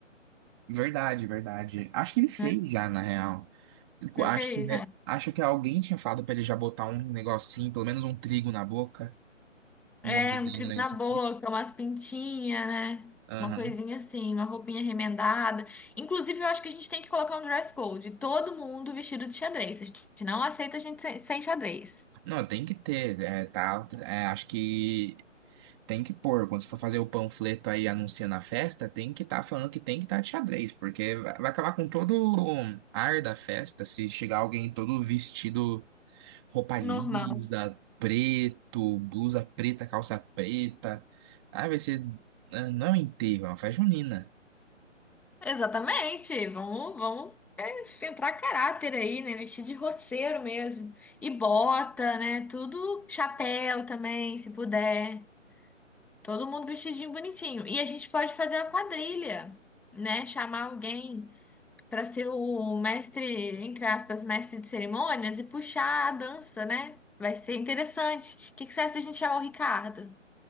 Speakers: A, on the right (about 20°); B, in the centre.
A: Verdade, verdade. Acho que ele fez
B: né?
A: já, na real. Co-
B: Já
A: Acho
B: fez,
A: que,
B: né?
A: acho que alguém tinha falado pra ele já botar um negocinho, pelo menos um trigo na boca,
B: É,
A: mordendo
B: um
A: ali
B: trigo
A: no negocinho.
B: na boca, umas pintinhas, né?
A: Aham.
B: Uma coisinha assim, uma roupinha remendada. Inclusive, eu acho que a gente tem que colocar um dress code. Todo mundo vestido de xadrez. A gente não aceita a gente sem, sem xadrez.
A: Não, tem que ter, é, tá, é, acho que tem que pôr. Quando você for fazer o panfleto aí anunciando a festa, tem que estar falando que tem que estar de xadrez, porque vai vai acabar com todo o ar da festa se chegar alguém todo vestido. Roupa lisa,
B: Normal.
A: preto, blusa preta, calça preta. Ah, vai ser. ah, Não é um enterro, é uma festa junina.
B: Exatamente. Vamos, vamos é, centrar caráter aí, né? Vestir de roceiro mesmo. E bota, né? Tudo chapéu também, se puder. Todo mundo vestidinho bonitinho. E a gente pode fazer a quadrilha, né? Chamar alguém. para ser o mestre, entre aspas, mestre de cerimônias e puxar a dança, né? Vai ser interessante. O que que você acha se a gente chamar o Ricardo?